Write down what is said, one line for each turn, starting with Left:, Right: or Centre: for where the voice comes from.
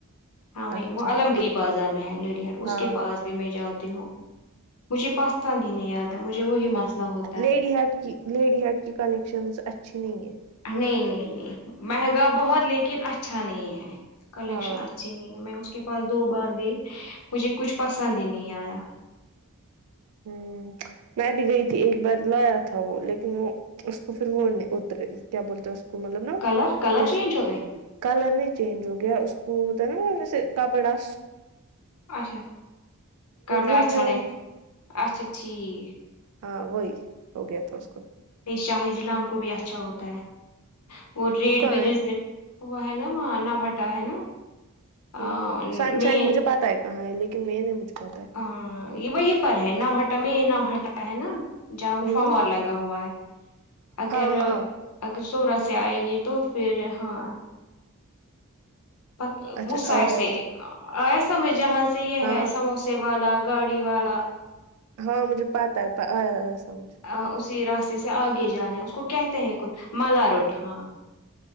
Left: ہاں وہی
Right: اچھا
Left: وہ علم گری بازار میں ہے لیڈی ہٹ اس
Right: ہاں
Left: کے پاس میں جاتی ہوں مجھے پسند ہی نہیں آتا ہے مجھے وہی مسئلہ ہو
Right: لیڈی ہٹ کی لیڈی ہٹ کی کلیکشنس اچھی نہیں ہے
Left: نہیں نہیں نہیں مہنگا بہت لیکن اچھا نہیں ہے کلیکشن
Right: ہاں
Left: اچھی نہیں ہے میں اس کے پاس دو بار گئی مجھے کچھ پسند ہی نہیں آیا
Right: ہوں میں بھی گئی تھی ایک بار لایا تھا وہ لیکن وہ اس کو پھر وہ نے اترے کیا بولتے اس کو مطلب نا
Left: کلر کلر
Right: دیز
Left: چینج ہو گئے
Right: کلر نی چینج ہو گیا اس کو ہوتا ہے نا سے کا بڑا
Left: اچھا کپڑا
Right: رینیو
Left: اچھا نہیں تھا اچھا ٹھیک
Right: ہاں وہی ہو گیا تھا اس کو
Left: شاہ جیلان کو بھی اچھا ہوتا ہے اور ریٹ
Right: وہ کہاں
Left: بھی ریزل
Right: ہے
Left: وہ ہے نا وہاں نو ہٹا ہے نا آ،
Right: ہاں سن
Left: میں
Right: شائن مجھے پتا ہے کہاں ہے لیکن یہن مجھے پتا
Left: ہاں یہ وہی پر ہے نوہٹا میں نوہٹا ہے نا جہاں
Right: ہے
Left: وہ فاور
Right: ہ
Left: لگا ہوا ہے اگر
Right: ہاں ہاں
Left: اگر سورت سے آئیں گے تو پھر ہاں پ
Right: اچھا
Left: اس سائڈ
Right: آیا
Left: سے ایسا میں جہاں سے یہ
Right: ہاں
Left: ہے سموسے والا گاڑی والا
Right: ہاں مجھے پتہ ہے آیا سمجھ میں
Left: آ اسی راستے سے آگے جانا ہے اس کو کہتے ہیں کوئی ملا روٹ ہاں